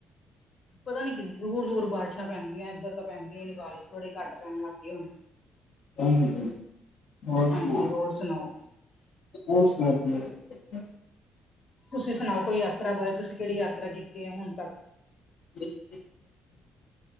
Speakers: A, on the left; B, on the left.
A: ਪਤਾ ਨੀ, ਕਿ ਦੂਰ- ਦੂਰ, ਬਾਰਿਸ਼ਾਂ ਪੈਂਦੀਆਂ। ਇੱਧਰ ਤਾਂ, ਪੈਂਦੀਆਂ ਹੀ ਨੀ ਬਾਰਿਸ਼। ਥੋੜੀੱ ਘਟ ਪੈਣ, ਲੱਗ ਗਈ ਹੁਣ।
B: ਹਮ ਹੋਰ ਸੁਣਾ
A: ਹਾਂਜੀ ਹੋਰ ਸੁਣਾਓ
B: ਹੋਰ ਸੁਣਾਓ ਕੀ ਹਾਲ ਹੈ?
A: ਤੁਸੀਂ ਸੁਣਾਓ, ਕੋਈ ਯਾਤਰਾ ਬਾਰੇ। ਤੁਸੀਂ ਕਿਹੜੀ ਯਾਤਰਾ, ਕੀਤੀ ਹੈ। ਹੁਣ ਤੱਕ।
B: <inaudible>